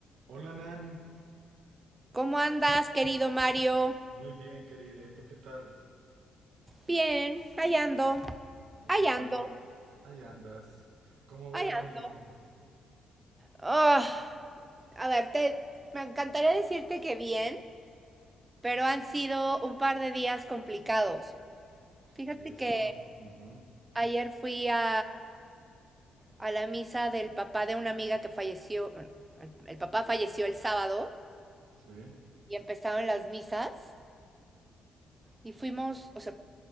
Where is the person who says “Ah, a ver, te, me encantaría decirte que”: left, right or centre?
Right